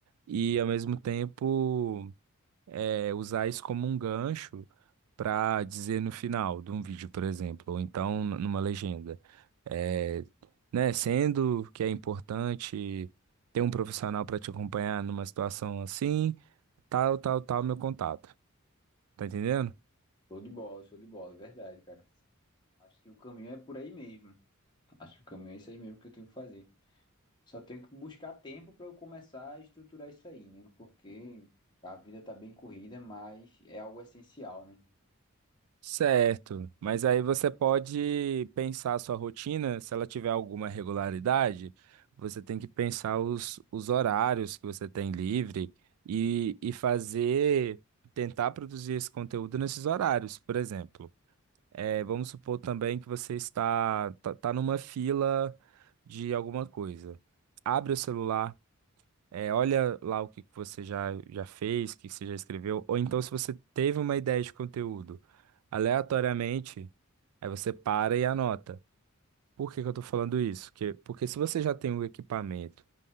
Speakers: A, on the right; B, on the left.
A: e ao mesmo tempo é, usar isso como um gancho para dizer no final de um vídeo, por exemplo, ou então n- numa legenda. É, né, sendo que é importante ter um profissional para te acompanhar numa situação assim, tal, tal, tal, meu contato. Tá entendendo?
B: Show de bola, show de bola, verdade, cara. Acho que o caminho é por aí mesmo. Acho que o caminho é isso aí mesmo que eu tenho que fazer. Só tenho que buscar tempo para eu começar a estruturar isso aí, né? Porque a vida tá bem corrida, mas é algo essencial, né?
A: Certo, mas aí você pode pensar a sua rotina, se ela tiver alguma regularidade, você tem que pensar os, os horários que você tem livre e, e fazer, tentar produzir esse conteúdo nesses horários, por exemplo. É, vamos supor também que você está tá, tá numa fila de alguma coisa. Abre o celular é, olha lá o que que você já, já fez, o que que você já escreveu, ou então se você teve uma ideia de conteúdo aleatoriamente, aí você para e anota. Por que que eu tô falando isso? Que, porque se você já tem o equipamento,